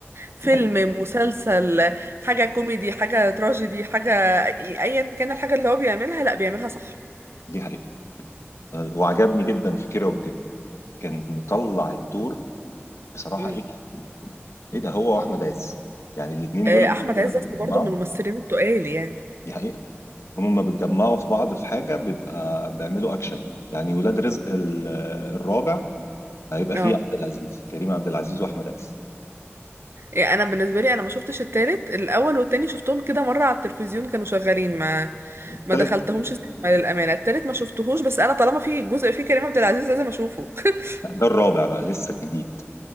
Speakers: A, on the right (about 60°); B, on the left (about 85°).
A: فيلم
B: دي حقيقة
A: مسلسل حاجة كوميدي حاجة تراجيدي حاجة أيا كان الحاجة اللي هو بيعملها لأ بيعملها صح
B: دي حقيقة أنا- وعجبني جدا في كيرة والجن كان مطلع الدور بصراحة
A: مم.
B: ايه ده ايه ده هو واحمد عز يعني الاتنين
A: آه،
B: دول
A: أحمد
B: فعلا
A: عز
B: لما
A: أصل
B: بيتجمعوا
A: برضه من الممثلين التقال يعني
B: دي حقيقة هما لما بيتجمعوا في بعض في حاجة بيبقى بيعملوا اكشن يعني يعني ولاد رزق ال- الرابع هيبقى
A: اه
B: فيه عبد العزيز كريم عبد العزيز واحمد عز
A: يعني أنا بالنسبة لي أنا ما شفتش التالت الأول والتاني شفتهم كده مرة على التلفزيون كانوا شغالين ما
B: التالت
A: ما دخلتهمش سينما للأمانة التالت ما شفتهوش بس أنا طالما في جزء فيه كريم عبد العزيز لازم أشوفه <laughs>
B: ده الرابع بقى لسه الجديد